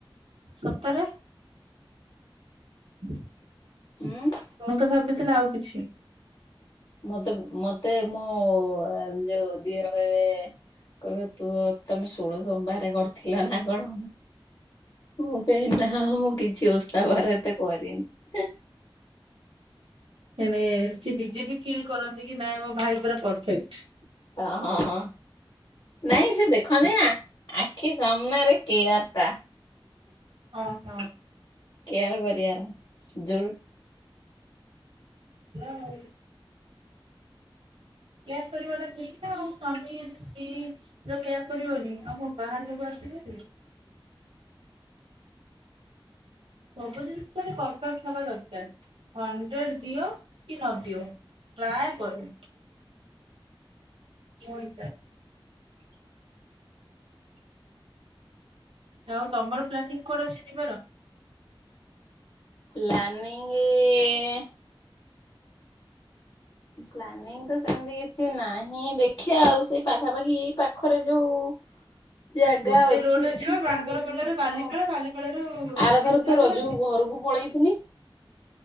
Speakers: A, on the right; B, on the left.
A: ସତରେ? <inaudible>
B: ଉଁ।
A: ମୁଁତ ଭାବିଥିଲି ଆଉ କିଛି।
B: ମତେ ମତେ ମୋ ଯୋଉ ଦିଅର କହିବେ କହିବେ ତୁ ତମେ ସୋଳ ସୋମବାରେ କରିଥିଲନା କଣ? ମୁଁ କହିଁନା ମୁଁ କିଛି ଓଷା ବାର ଏତେ କରିନି।
A: ହେନେ ସିଏ ନିଜେବି ଫିଲ୍ କରନ୍ତିକି ନାଇଁ ମୋ ଭାଇ ପୁରା ପରଫେକ୍ଟ।
B: ହ ହଁ ହଁ ନାଇଁ ସେ ଦେଖନ୍ତି ନା। ଆଖି ସାମ୍ନା ରେ କେୟାର ଟା।
A: ଅ ହଁ।
B: କେୟାର କରିବାର ଯୋଉ
A: ହେଲା ଆଉ। କେୟାର କରିବାଟା ଠିକ୍ ନା ଆଉ ସ୍ୱାମୀ ସ୍ତ୍ରୀ ର କେୟାର କରିବନି ଆଉ କଣ ବାହାର ଲୋକ ଆସିବେ କି? ସବୁ ଜିନିଷ ପରଫେକ୍ଟ ହବା ଦରକାର। ହଣ୍ଡ୍ରେଡ଼୍ ଦିଅ କି ନ ଦିଅ ଟ୍ରାଏ କରମ୍। Who is that? ଆଉ ତମର ପ୍ଲାନିଂ କଣ ଅଛି ଯିବାର?
B: ପ୍ଲାନିଂ ଏ ପ୍ଲାନିଂ ତ ସେମତି କିଛି ନାହିଁ ଦେଖିଆ ଆଉ ସେଇ ପାଖାପାଖି ଏଇ ପା ଖରେ ଯୋଉ ଜାଗା
A: ଗୋଟେ
B: ଅଛି
A: ରୋଡରେ
B: ଦେଖିକିରି
A: ଯିବା ବାଙ୍ଗରପଟାରୁ
B: ବୁଲି ଯିବୁ
A: ବାଲିପାଳ
B: ଆଉ
A: ବାଲିପାଳରୁ
B: ଆର
A: କେନ୍ଦ୍ରାପଡା
B: ଥର ତ ରଜୁ କୁ ଘରୁକୁ ପଳେଇଥିଲି।